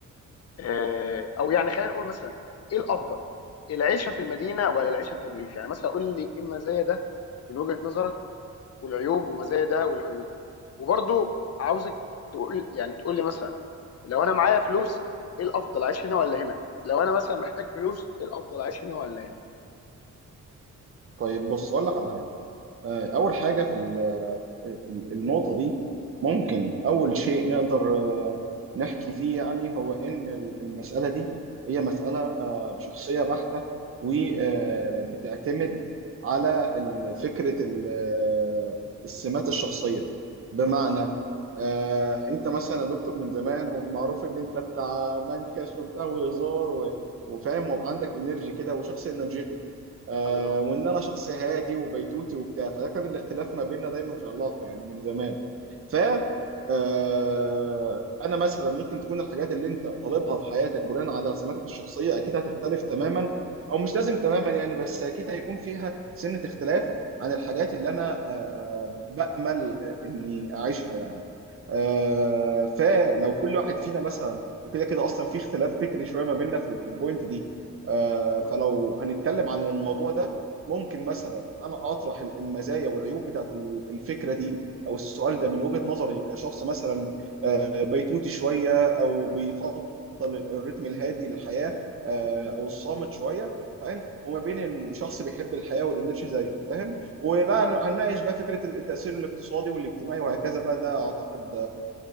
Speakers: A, on the left (about 55°); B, on the right (about 45°).
A: آه، او يعني خلينا نقول مثلا ايه الافضل العيشه في المدينه ولا العيشه في الريف يعني مثلا قول لي ايه المزايا ده من وجهه نظرك والعيوب ومزايا ده والعيوب وبرضو عاوزك تقول يعني تقول لي مثلا لو انا معايا فلوس ايه الافضل اعيش هنا ولا هنا لو انا مثلا محتاج فلوس ايه الافضل اعيش هنا ولا هنا
B: طيب بص اقول لك على حاجه آه، اول حاجه في ال- ال- النقطه دي ممكن اول شيء نقدر آه، نحكي فيه يعني هو ان ال- المساله دي هي مساله آه، شخصيه بحته وبتعتمد على ال- فكره ال- آه، السمات الشخصيه بمعنى آه، انت مثلا يا دكتور من زمان ومعروف ان انت بتاع منكش وبتاع وهزار و- وفاهم وعندك انرجي كده وشخص انرجيتك آه
A: حبيبي ربنا
B: وان
A: حبيبي.
B: انا شخص هادي وبيتوتي وبتاع فده كان الاختلاف ما بيننا دايما في العلاقه يعني من زمان ف آه انا مثلا ممكن تكون الحاجات اللي انت طالبها في حياتك بناء على سماتك الشخصيه اكيد هتختلف تماما او مش لازم تماما يعني بس اكيد هيكون فيها سنه اختلاف عن الحاجات اللي انا آه بامل اني اعيشها يعني آه فلو كل واحد فينا مثلا وكده كده اصلا في اختلاف فكري شويه ما بيننا في في البوينت دي آه،
A: مم.
B: فلو هنتكلم عن الموضوع ده ممكن مثلا انا اطرح المزايا والعيوب بتاعت ال- الفكره دي او السؤال ده من وجهه نظري كشخص مثلا آه، بيتوتي شويه او بيفضل ال- الريتم الهادي للحياه آه، او الصامت شويه فاهم وما بين إن شخص بيحب الحياه والانرجي زيك فاهم وبقى هنناقش بقى فكره التاثير الاقتصادي والاجتماعي وهكذا بقى ده اعتقد